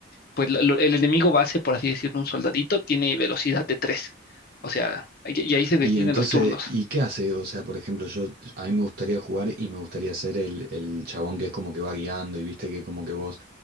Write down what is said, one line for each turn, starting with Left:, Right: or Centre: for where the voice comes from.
Left: pues lo- lo- el enemigo base, por así decirlo, un soldadito, tiene velocidad de 3. O sea, y, y ahí se
Right: Y
Left: definen
Right: entonces,
Left: los turnos.
Right: ¿y qué hace? O sea, por ejemplo, yo a mí me gustaría jugar y me gustaría ser el, el chabón que es como que va guiando y viste que como que vos,